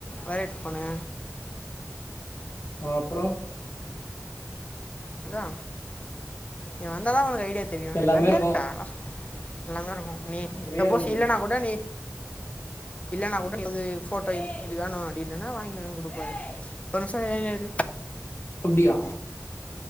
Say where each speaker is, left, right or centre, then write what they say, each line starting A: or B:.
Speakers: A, on the left; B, on the left.
A: wire headphone
B: ஆ அப்றோ
A: அதா இங்க வந்தாதா ஒரு ஐடியா செரி
B: எல்லாமே
A: நிறையா
B: இருக்கு
A: இருக்கா ஆ நல்லாருக்கு நீ
B: நெறைய
A: சப்போஸ்
B: இருக்குது
A: இல்லனா கூட நீ இல்லனா கூட நீ வந்து போட்டோ இது வேணு அப்டின்னன்னா வாங்கிட்டு வந்து கொடுப்பாரு ஒரு சார்னரு <inaudible>
B: அப்டியா